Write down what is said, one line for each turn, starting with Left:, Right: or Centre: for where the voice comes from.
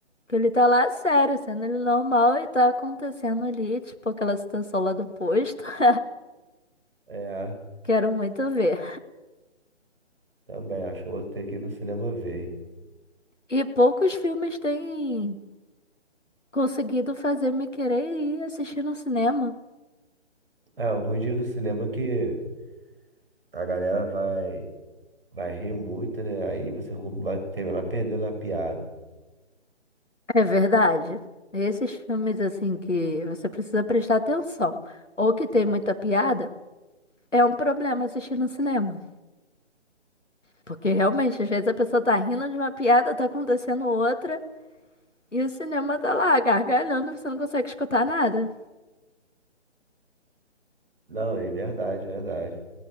Left: Que ele tá lá sério, sendo ele normal e tá acontecendo ali, tipo aquela situação lá do posto. <laughs>
Right: É,
Left: Quero muito ver.
Right: também, acho que eu vou ter que ir no cinema ver. hein?
Left: E poucos filmes têm conseguido fazer me querer ir assistir no cinema.
Right: É, o ruim de ir no cinema é que a galera vai, vai rir muito, né? Aí você vai terminar perdendo a piada.
Left: É verdade. Esses filmes, assim, que você precisa prestar atenção, ou que tem muita piada, é um problema assistir no cinema. Porque realmente, às vezes a pessoa tá rindo de uma piada, tá acontecendo outra, e o cinema tá lá gargalhando, você não consegue escutar nada.
Right: Não, é verdade, verdade.